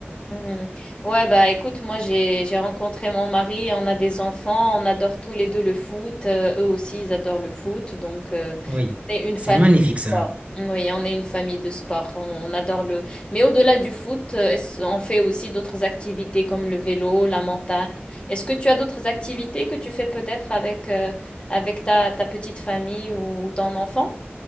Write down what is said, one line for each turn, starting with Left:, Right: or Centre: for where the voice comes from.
Left: Hmm. Ouais, bah écoute, moi j'ai j'ai rencontré mon mari et on a des enfants, on adore tous les deux le foot, euh, eux aussi ils adorent le foot, donc euh,
Right: Oui,
Left: on est une famille
Right: c'est magnifique
Left: de
Right: ça.
Left: sport. Oui, on est une famille de sport, on, on adore le... Mais au-delà du foot, euh, est-ce- on fait aussi d'autres activités comme le vélo, la montagne. Est-ce que tu as d'autres activités que tu fais peut-être avec, euh, avec ta, ta petite famille ou ton enfant?